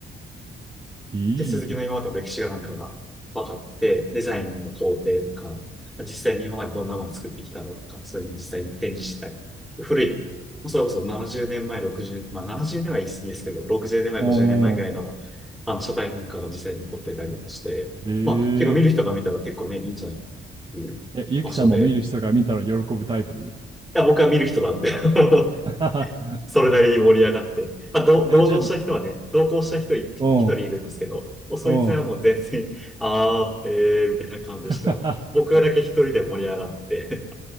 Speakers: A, on the right; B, in the centre.
A: いい。
B: で、鈴木の今までの歴史がなんかが分かって、デザインの工程とか、実際に今までどんなもの作ってきたのとか、そういうの実際に展示したり。古い、もうそれこそ70年前、60、まあ70年は言い過ぎですけど、60年前、
A: うんうん。
B: 50年前ぐらいのが、あの、書体なんかが実際に残ってたりとかして、
A: え
B: まあ結構見る人が見たら結構ね、
A: ー、
B: いいんじゃないかなっていう場所で、
A: え、ゆうきさんも見る人が見たら喜ぶタイプ
B: いや、僕は見る人なんで <laughs>
A: <laughs>
B: それなりに盛り上がって。まあ、ど同乗した人はね、
A: え、じゃあ、
B: 同行した人い、
A: うん、
B: 一人いるんですけど、もうそいつはもう全然、
A: うん。
B: <laughs> あー、えー、みたいな感じですけど、
A: <laughs>
B: 僕だけ一人で盛り上がって、